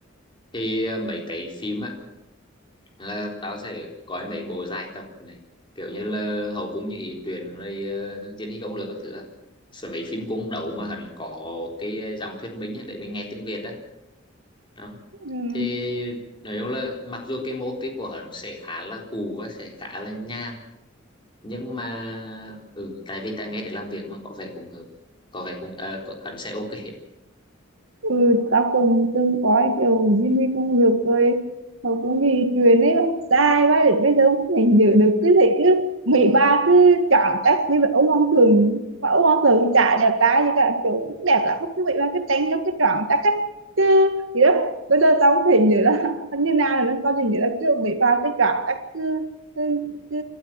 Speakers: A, on the left; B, on the right.
A: thì ờ, mấy cái phim á là tao sẽ coi mấy bộ dài tập này kiểu như là hậu cung như ý truyện rồi ờ, diên hy công lược các thứ á. rồi mấy phim cung đấu mà hắn có cái ờ, dòng thuyết minh á, để mình nghe tiếng Việt á đó
B: ừ.
A: thì nói chung là mặc dù cái mô típ của hắn sẽ khá là cũ và sẽ khá là nham nhưng mà ừ, tại vì ta nghe để làm việc mà có vẻ cũng hợp có vẻ cũng ờ, có, hắn sẽ ok
B: ừ, tao cũng từng coi kiểu Jimmy công lược rồi hầu cũng bị chuyện ấy bác sai bác để bây giờ không thể nhớ được cứ thấy cứ mấy ba cứ chọn chắc với vậy ông hoàng thường mà ông hoàng thường chả đẹp trai như cả kiểu cũng đẹp lắm cứ vậy ba cứ tránh giống cái chọn chắc ấy chứ gì đó bây giờ tao không thể nhớ là <laughs> như nào nữa tao chỉ nhớ là kiểu mấy ba cứ chọn chắc cứ, cứ, cứ